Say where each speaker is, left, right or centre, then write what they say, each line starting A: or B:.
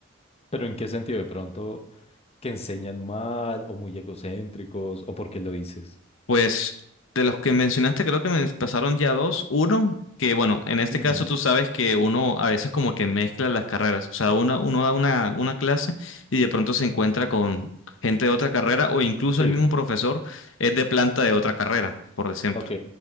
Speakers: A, on the left (about 30°); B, on the left (about 75°).
A: Pero ¿en qué sentido de pronto que enseñan mal o muy egocéntricos o por qué lo dices?
B: Pues de los que mencionaste, creo que me pasaron ya dos. Uno, que bueno, en este
A: Ujú.
B: caso tú sabes que uno a veces como que mezcla las carreras. O sea, uno, uno da una, una clase y de pronto se encuentra con gente de otra carrera o incluso
A: Sí,
B: el mismo profesor es de planta de otra carrera, por ejemplo.
A: ok.